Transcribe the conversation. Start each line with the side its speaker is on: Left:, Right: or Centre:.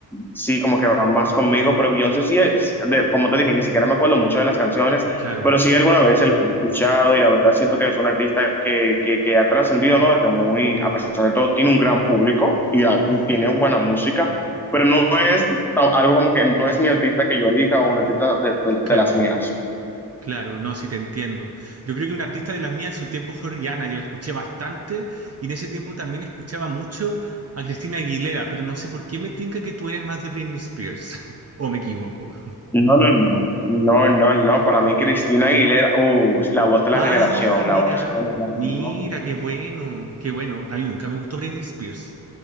Centre: sí, como que va más conmigo, pero Beyoncé sí es, de- como te dije, ni siquiera me acuerdo mucho de las canciones,
Right: Claro,
Centre: pero sí alguna vez se las he escuchado y la verdad siento que es una artista que, que, que ha trascendido, ¿no? Desde muy, a pesar de todo, tiene un gran público y, ah, y
Right: ujú,
Centre: tiene buena música, pero no es ah, algo como que no es mi artista que yo elija o un artista de de-
Right: claro.
Centre: de las mías.
Right: Claro, no, sí te entiendo. Yo creo que un artista de la mía en su tiempo fue Rihanna, yo la escuché bastante y en ese tiempo también escuchaba mucho a Cristina Aguilera, pero no sé por qué me tinca que tú eres más de Britney Spears, <laughs> o me equivoco.
Centre: No, no, no, no, no, no, para mí Cristina Aguilera, uh, la voz de la
Right: Ah,
Centre: generación, la
Right: mira,
Centre: voz de la generación,
Right: mira, qué bueno, qué bueno. A mí nunca me gustó Britney Spears.